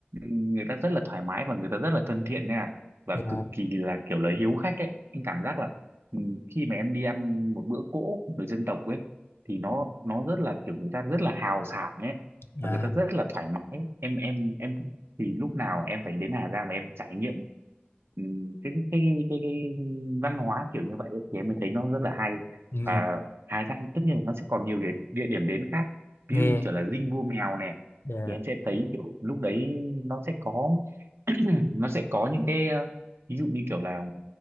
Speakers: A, on the right; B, on the left.
A: người ta rất là thoải mái và người ta rất là thân thiện nha và
B: dạ
A: cực kỳ là kiểu là hiếu khách ấy anh cảm giác là ừ, khi mà em đi ăn một bữa cỗ của người dân tộc ấy thì nó nó rất là kiểu người ta rất là hào sảng ấy và
B: à,
A: người ta rất là thoải mái em em em thì lúc nào em phải đến Hà Giang và em trải nghiệm ừ, cái, cái cái cái văn hóa kiểu như vậy ấy, thì em mới thấy nó rất là hay
B: ừ
A: và Hà Giang tất nhiên là nó sẽ còn nhiều địa, địa điểm đến khác ví
B: nghe
A: dụ như kiểu là Dinh Vua Mèo này
B: dạ
A: thì em sẽ thấy kiểu lúc đấy nó sẽ có <clears throat> nó sẽ có những cái ờ, ví dụ như kiểu là